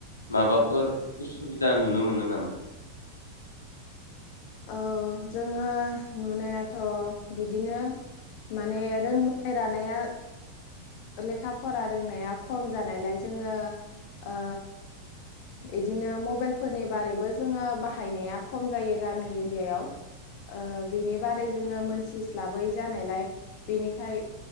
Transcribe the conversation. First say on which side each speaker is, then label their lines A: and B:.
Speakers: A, on the left (about 75°); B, on the left (about 45°).
A: माबाफोर उसुबिदा नुनो मोनो नामा?
B: औ जोङो नुनायाथ' बिदिनो माने रोंनाय रानाया लेखा फरा रोंनाया खम जानायलाय जोङो ओ इदिनो मबाइलफोरनि बारैबो जोङो बाहायनाया खम जायो गामि एरियायाव ओ बेनि बारै जोङो मोनथिस्लाबै जानायलाय बेनिखाय